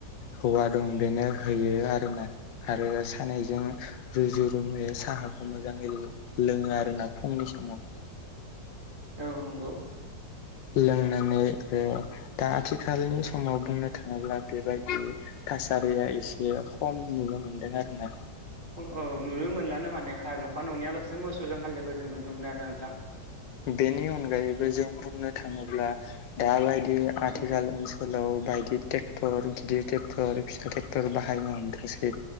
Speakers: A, on the left; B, on the right.
A: हौवा दं बेनो होयो आरोना आरो सानैजों रुजु रुमुयो साहाखौ मोजाङै लोङो आरोना फुंनि समाव
B: औ नंगौ
A: लोंनानै दा आथिखालनि समाव बुंनो थाङोब्ला बेबायदि थासारिया एसे खम नुनो मोनदों आरो ना
B: औ नुनो मोनलानो माने न'फा न'नियाल'सो मोसौजों हालि एनायखौ जों नुनो मोनो आरोना नोंथां
A: बेनि अनगायैबो जों बुंनो थाङोब्ला दा बाय दि आथिखाल
B: उम
A: ओनसोलाव बायदि टेक ट्रेक्टर गिदिर ट्रेक्टर फिसा ट्रेक्टर बाहायनो हमदोंसै